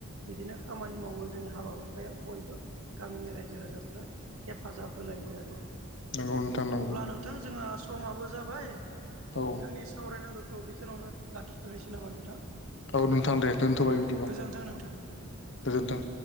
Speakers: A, on the right; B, on the left.
A: बिदिनो खामानि मावो जोंनि हाबा हुखायाव बयबो गामिनि रायजो राजाफ्रा हेफाजाब होलायो आरो।
B: नंगौ नोंथां नंगौ।
A: अब्ला नोंथां जोंहा समाबो जाबाय
B: औ
A: जोंनि सावरायनांगौखौ <unintelligible> लाखिथ'नोसै नामा नोंथां
B: औ नोंथां दे दोनथ'बाय
A: औ
B: बिदिबा
A: गोजोन्थों नोंथां
B: गोजोनथों